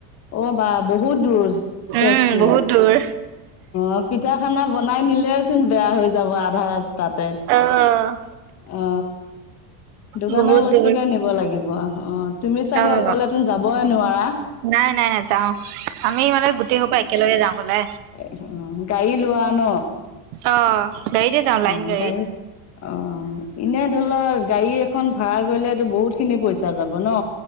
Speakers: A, on the left (about 30°); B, on the right (about 55°).
A: অ বা বহুত দূৰ। তেজপুৰ
B: উম বহুত দূৰ।
A: অ পিঠা খানা বনাই নিলেওচোন বেয়া হৈ যাব আধা ৰাস্তাতে।
B: অ',
A: অ দোকানৰ
B: বহুত
A: বস্তু
B: দূৰ
A: কে নিব লাগিব অ। তুমি চাগে
B: অ',
A: অকলেটোন যাবই নোৱাৰা।
B: নাই নাই নাই যাও আমি মানে গোটেই সপা একেলগে যাওঁ বলে।
A: <inaudible> অ গাড়ী লোৱা ন।
B: অ গাড়ীতে যাওঁ লাইন
A: অ
B: গাড়ীত।
A: গাড়ী অ এনে ধৰি লোৱা গাড়ী এখন ভাড়া কৰিলেতটো বহুত খিনি পইচা যাব ন।